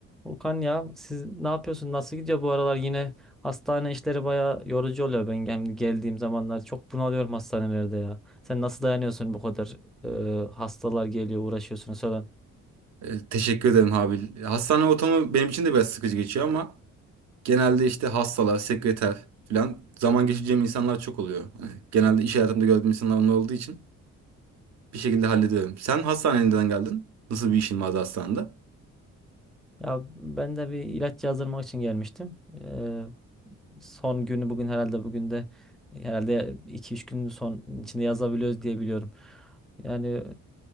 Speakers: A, in the centre; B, on the right.
A: Volkan ya siz ne yapıyorsun? Nasıl gidiyor bu aralar? Yine hastane işleri baya yorucu oluyor. Ben gel- geldiğim zamanlar çok bunalıyorum hastanelerde ya. Sen nasıl dayanıyorsun bu kadar e, hastalar geliyor uğraşıyorsunuz falan.
B: E, Teşekkür ederim Habil. Hastane ortamı benim için de biraz sıkıcı geçiyor ama genelde işte hastalar, sekreter falan zaman geçireceğim insanlar çok oluyor. Hani genelde iş hayatımda gördüğüm insanlar onlar olduğu için bir şekilde hallediyorum. Sen hastaneye neden geldin? Nasıl bir işin vardı hastanede?
A: Ya ben de bir ilaç yazdırmak için gelmiştim. E, son günü bugün herhalde bugün de herhalde iki üç gün son içinde yazabiliyoruz diye biliyorum. Yani e,